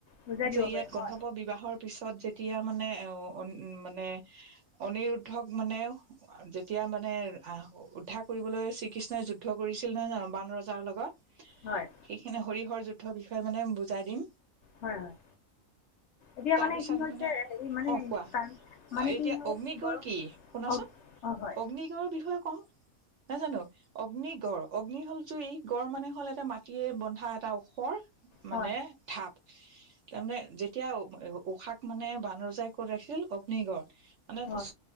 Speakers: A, on the left (about 65°); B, on the right (about 65°).
A: বুজাই
B: যে
A: দিব
B: ইয়াত
A: পাৰিম
B: গন্ধৱ
A: হয়
B: বিবাহৰ পিছত যেতিয়া মানে মানে অনিৰুদ্ধক মানে যেতিয়া মানে আহ উদ্ধাৰ কৰিবলৈ শ্ৰীকৃষ্ণই যুদ্ধ কৰিছিল নহয় জানো বান ৰজাৰ লগত সেইখিনি
A: হয়
B: হৰিহৰ যুদ্ধৰ বিষয়ে মানে বুজাই দিম
A: হয় হয় এতিয়া
B: তাৰপিছত
A: মানে কি হৈছে
B: মানে
A: হেৰি মানে
B: অ কোৱা
A: তাৰ- মানে
B: অ এতিয়া
A: কি হয়
B: অগ্নিগড়
A: গৰম
B: কি শুনাচোন
A: অঁ অঁ হয়
B: অগ্নিগড়ৰ বিষয়ে কম নাজানো অগ্নি-গড় অগ্নি হ'ল জুই, গড় মানে অকল এটা মাটিৰে বন্ধা এটা ওখৰ মানে
A: হয়
B: ধাপ। তাৰমানে যেতিয়া উশাক মানে বানৰজাই ক'ত ৰাখিল অগ্নিগড়ত। মানে পিছ
A: হয়